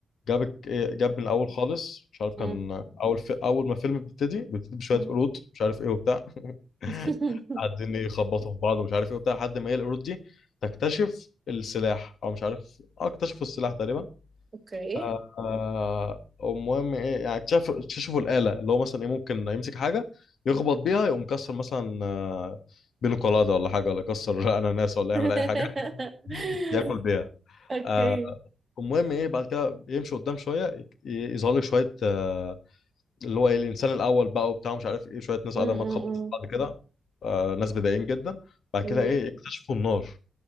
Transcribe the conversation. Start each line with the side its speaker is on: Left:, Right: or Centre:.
Left: جابك إيه- جاب من الأول خالص مش عارف كان
Right: مم.
Left: أول في أول ما الفيلم بيبتدي بيبتدي بشوية
Right: مم.
Left: قرود مش عارف إيه وبتاع <laughs>
Right: <laughs>
Left: قاعدين يخبطوا في بعض ومش عارف إيه وبتاع لحد ما هي القرود دي تكتشف السلاح أو مش عارف آه، اكتشفوا السلاح تقريبا
Right: اوكي
Left: آه، آه، المهم ايه يعني اكتشف- اكتشفوا الآلة اللي هو مثلا ايه ممكن يمسك حاجة يخبط بيها يقوم مكسر مثلا آه، بينه قلادة ولا حاجة ولا يكسر <laughs> أناناس ولا
Right: <laughs>
Left: يعمل أي حاجة <laughs> ياكل بيها
Right: اوكي
Left: آه، المهم ايه بعد كده يمشي قدام شوية ي- يظهر لك شوية آه، اللي هو ايه الإنسان الأول بقى وبتاع مش عارف ايه شوية ناس
Right: مم.
Left: قاعدة
Right: مم.
Left: ما تخبط في بعض كده آه، ناس بدائيين جدا بعد
Right: مم.
Left: كده ايه اكتشفوا النار